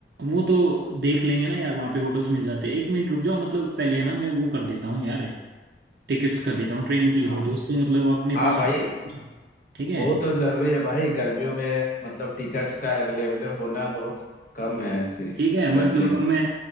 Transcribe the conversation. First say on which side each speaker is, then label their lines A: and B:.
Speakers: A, on the right; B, on the left.
A: वो तो देख लेंगे ना यार वहाँ पे होटल्स मिल जाते हैं एक मिनट रुक जाओ मतलब पहले है ना मैं वो कर देता हूँ यार टिकट्स कर देता हूँ ट्रेन की
B: हाँ
A: होटल्स तो मतलब अपने
B: हाँ
A: पास
B: भाई
A: टाइम है ना ठीक है
B: वो तो जरूरी है भाई गर्मियों में मतलब टिकट्स का अवेलेबल होना बहुत कम है ऐसे
A: ठीक है मतलब
B: वैसे
A: अब मैं